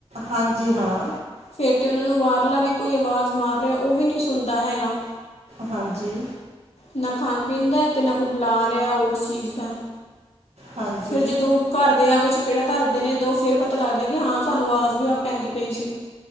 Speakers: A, on the right; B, on the left.
A: ਹਾਂਜੀ ਹਾਂ
B: ਫਿਰ ਤਾਂ ਉਹਨਾਂ ਨੂੰ ਬਾਹਰ ਲਾ ਵੀ ਕੋਈ ਆਵਾਜ਼ ਮਾਰ ਰਿਹਾ ਉਹ ਵੀ ਨਹੀਂ ਸੁਣਦਾ ਹੈਗਾ
A: ਹਾਂਜੀ
B: ਨਾ ਖਾਣ ਪੀਣ ਦਾ ਤੇ ਨਾ ਕੋਈ ਬੁਲਾ ਰਿਹਾ ਉਸ ਚੀਜ਼ ਦਾ
A: ਹਾਂਜੀ
B: ਫਿਰ ਜਦੋਂ ਘਰ ਦੇ ਆ ਕੇ ਚ ਪੀੜਾ ਧਰਦੇ ਨੇ ਦੋ ਫਿਰ ਪਤਾ ਲੱਗਦਾ ਕਿ ਹਾਂ ਸਾਨੂੰ ਆਵਾਜ਼ ਵੀ ਪੈਂਦੀ ਪਈ ਸੀ।